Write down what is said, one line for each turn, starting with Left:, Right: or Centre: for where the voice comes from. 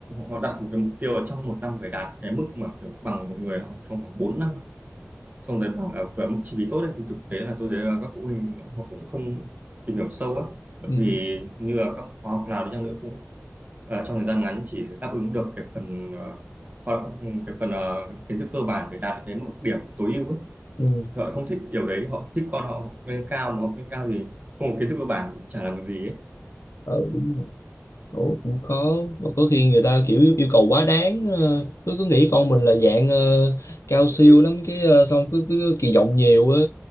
Right: họ đặt một cái mục tiêu là trong một năm phải đạt cái mức mà kiểu bằng một người học trong khoảng 4 năm xong rồi bảo là và mức chi phí tốt ấy, thì thực tế là tôi thấy là các phụ huynh họ cũng không tìm hiểu sâu ấy bởi
Left: ừ,
Right: vì như là các khóa học nào đi chăng nữa cũng ờ, trong thời gian ngắn chỉ đáp ứng được cái phần ờ, họ- cái phần ờ, kiến thức cơ bản để đạt được đến một điểm tối ưu ấy.
Left: ừ.
Right: Thì họ không thích điều đấy họ thích con họ học lên cao mà học lên cao thì không có kiến thức cơ bản cũng chả làm được gì ấy
Left: Ờ, đúng rồi Ồ, cũng khó mà có khi người ta kiểu yêu cầu quá đáng ờ, cứ cứ nghĩ con mình là dạng ờ, cao siêu lắm cái ờ, xong cứ cứ kỳ vọng nhiều á